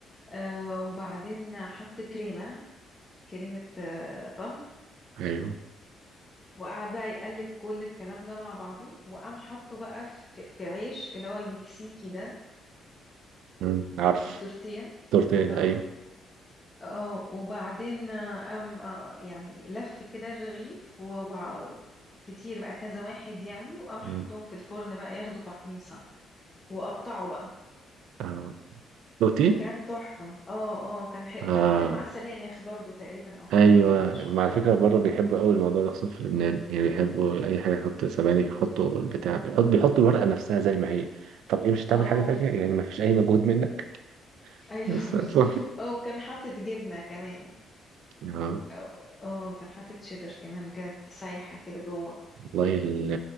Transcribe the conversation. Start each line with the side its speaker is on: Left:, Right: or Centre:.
Left: آه وبعدين حط كريمه كريمه آه طهي
Right: ايوه
Left: وقعد بقى يقلب كل الكلام ده مع بعضه وقام حطه بقى في, في عيش اللي هو المكسيكي ده
Right: أمم. عارف
Left: التورتيه
Right: تورت ايه ده؟
Left: اه
Right: ايوه
Left: اه وبعدين آه، قام آه، يعني لف كده الرغيف و... و... كتير بقى كذا واحد يعني وقام حطهم
Right: أمم.
Left: في الفرن بقى ياخدوا تحميصة وقطعوا بقى
Right: آه. دوتي
Left: فكان تحفة اه اه كان حي...
Right: اه
Left: وكان حاطط معاه سبانخ برضو تقريبا او حاجة
Right: ايوه
Left: كده مش
Right: ما على فكره بره بيحبوا قوي الموضوع ده خصوصا في لبنان يعني بيحبوا اي حاجه يحط سبانخ يحطوا البتاع يحط بيحطوا الورقه نفسها زي ما هي طب ايه مش هتعمل
Left: اه
Right: حاجه تانيه يعني ما فيش اي مجهود منك
Left: ايوه
Right: بس
Left: <laughs>
Right: <laughs> ف...
Left: بز- اه وكان حاطط جبنة كمان
Right: اه
Left: اه آه، كان حاطط شيدر كمان كانت سايحة كده جوه
Right: والله ال-